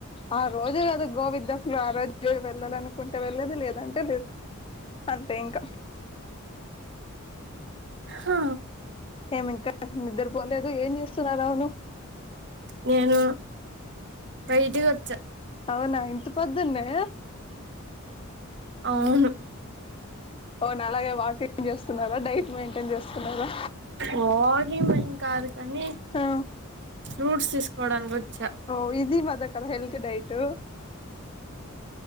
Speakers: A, on the left (about 25°); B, on the right (about 60°).
A: ఆ రోజు కదా గోవిద్ద ఫ్లు ఆ రోజు వెళ్ళాలను కుంటే వెళ్లేది లేదంటే లేదు అంతే ఇంకా.
B: హా.
A: ఏమింకా నిద్రపోలేదు ఏం చేస్తున్నారుా అవును.
B: నేను. బైటిగ్.
A: అవునా ఇంత పొద్దునే.
B: అవును
A: అవున్ అలాగే వాకింగ్ చేస్తున్నారా డైట్ మెయింటైన్ చేస్తున్నారా
B: వాకింగ్ ఏం కాదు కానీ
A: ఆ
B: ఫ్రూట్స్ తీసుకోవడానికి వచ్చా
A: ఓ ఇద్. ఇది మాదేకద హెల్త్ డైట్.